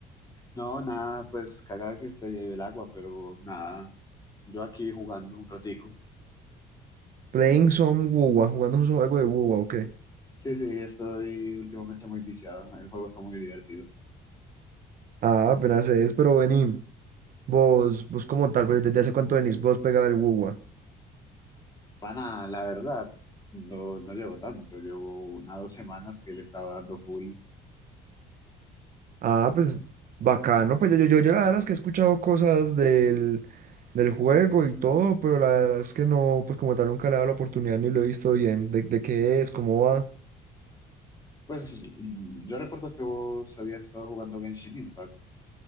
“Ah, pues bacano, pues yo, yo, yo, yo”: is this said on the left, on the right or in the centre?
Right